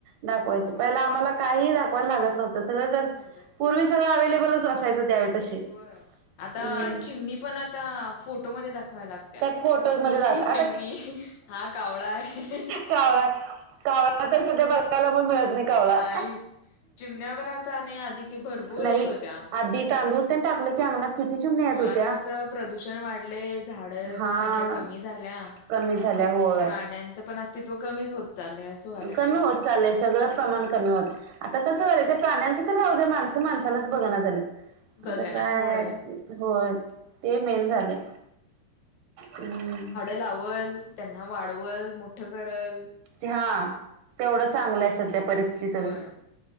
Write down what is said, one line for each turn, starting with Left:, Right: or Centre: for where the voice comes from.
Right: दाखवायचं
Left: होय
Right: पहिला आम्हाला काही दाखवायला लागत नव्हतं सगळं कस
Left: होतय
Right: पुर्वीच सगळं अवेलेबलच असायचं त्यावेळी. तसे
Left: होय, आता
Right: हम्म
Left: चिमणी पण आता फोटोमध्ये दाखवाय लागत्या.
Right: फोटोमध्ये
Left: कि ही
Right: दाखवा..
Left: चिमणी
Right: आता
Left: हा कावळा आहे
Right: कावळा कावळा तर सध्या बघा यला पण मिळत नाही कावळा.
Left: नाही चिमण्या पण आता नाही आधी की भरपूर
Right: नाही
Left: येत होत्या
Right: अधी तांदुळ तेन टाकलं की अंगणात किती चिमण्या
Left: होय
Right: येत होत्या
Left: आता कसं प्रदूषण वाढलंय झाडं
Right: हा
Left: संख्या कमी झाल्या.
Right: कमी झाल्या होय
Left: प्राण्यांचं पण अस्तित्व कमीच होत चालयं असं व्हा लागलय,
Right: कमी होत चाललंय सगळं
Left: हम्म.
Right: प्रमाण कमी होत आता कसं व्हालंय ते प्राण्यांचं तर राहू दे माणसं माणसालाच बघणा झाल्यात.
Left: बघनात
Right: आता काय
Left: होय.
Right: हो ते मेन झालं. हम्म.
Left: लावंल, त्यांना वाढवल, मोठं करंल.
Right: हा तेवढं चांगलं आहे सध्या परिस्थिती सगळी.
Left: होय